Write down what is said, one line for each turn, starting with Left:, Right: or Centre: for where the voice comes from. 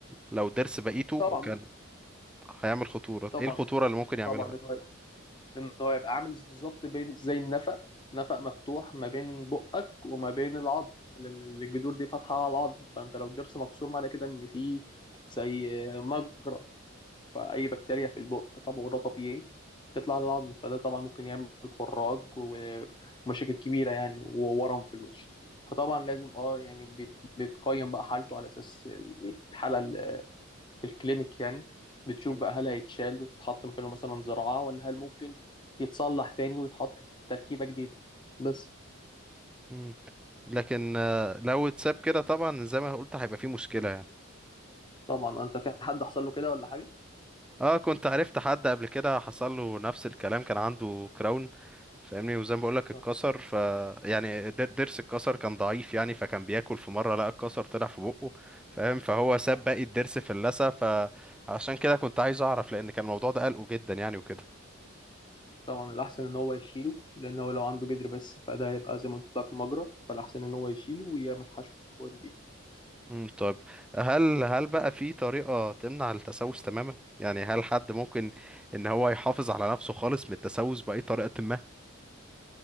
Centre: لو الضرس بقيته
Left: طبعا
Centre: كان هيعمل خطوره
Left: طبعا
Centre: ايه الخطوره اللي ممكن يعملها
Left: طبعا إن هو إن هو يبقى عامل بالظبط بين زي النفق نفق مفتوح ما بين بقك وما بين العظم لأن الجذور دي فاتحة على العظم فأنت لو الضرس مكسور معنى كده إن في زي مجرى فأي بكتيريا في البق طبعا وده طبيعي تطلع للعظم فده طبعا ممكن يعمل خراج و- ومشاكل كبيرة يعني وورم في الوش فطبعا لازم اه يعني بيت- بيتقيم بقى حالته على أساس الحالة في الكلينيك يعني بتشوف
Centre: مم.
Left: بقى هل هيتشال ويتحط مكانه مثلا زراعة ولا هل ممكن يتصلح تاني ويتحط تركيبة جديدة بس
Centre: مم. لكن آه، لو اتساب كده طبعا زي ما قلت هيبقى فيه مشكله يعني.
Left: طبعا انت في حد حصل له كده ولا حاجة؟
Centre: اه كنت عرفت حد قبل كده حصل له نفس الكلام كان عنده كراون فاهمني وزي ما بقولك اتكسر
Left: اه
Centre: ف يعني در- ضرس اتكسر كان ضعيف يعني فكان بياكل في مره لقى الكسر طلع في بقه فاهم فهو ساب
Left: آه.
Centre: باقي الضرس في اللثه فعشان كده كنت عايز اعرف لان كان الموضوع ده قلقه جدا يعني وكده
Left: طبعا الأحسن إن هو يشيله لأن هو لو عنده جدر بس فده هيبقى زي ما قلت لك مجرى فالأحسن إن هو يشيله ويعمل حشوة جديدة
Centre: امم طيب هل هل بقى في طريقه تمنع التسوس تماما يعني هل حد ممكن ان هو يحافظ على نفسه خالص من التسوس باي طريقه ما